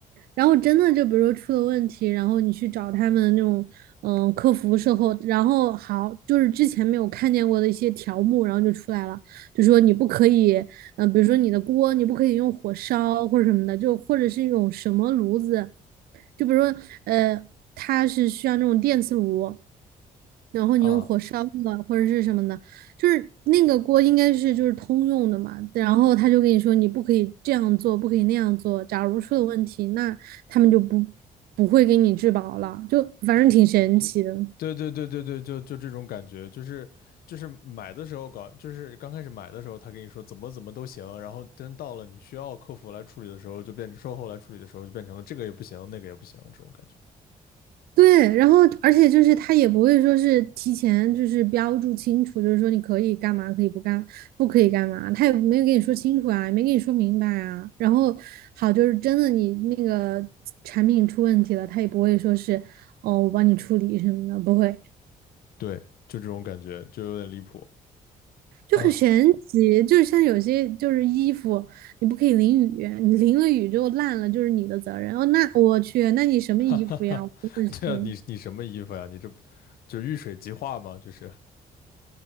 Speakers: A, on the right; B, on the left.
A: 然后真的就比如说出了问题，然后你去找他们那种嗯呃客服售后，然后好就是之前没有看见过的一些条目，然后就出来了，就说你不可以，嗯、呃比如说你的锅你不可以用火烧或者什么的，就或者是一种什么炉子，就比如说呃它是需要那种电磁炉，然后你用火烧的或者是什么的，
B: 啊。
A: 就是那个锅应该是就是通用的嘛，然后他就跟你说你不可以这样做，不可以那样做。假如出了问题，那他们就不不会给你质保了，就反正挺神奇的。
B: 对对对对对，就就这种感觉，就是就是买的时候搞，就是刚开始买的时候，他跟你说怎么怎么都行，然后真到了你需要客服来处理的时候，就变成售后来处理的时候，就变成了这个也不行，那个也不行，这种感觉。
A: 对，然后而且就是他也不会说是提前就是标注清楚，就是说你可以干嘛，可以不干，不可以干嘛，他也没有跟你说清楚啊，也没跟你说明白啊。然后好，就是真的你那个产品出问题了，他也不会说是哦我帮你处理什么的，不会，
B: 对，就这种感觉，就有点离谱
A: 就很神奇，
B: 啊！
A: 就是像有些就是衣服，你不可以淋雨，你淋了雨就烂了，就是你的责任。哦，那我去，那你什么衣服呀？
B: <laughs> 哈哈哈，
A: 我真的是。
B: 对啊，你你什么衣服呀？你这不就遇水即化吗？就是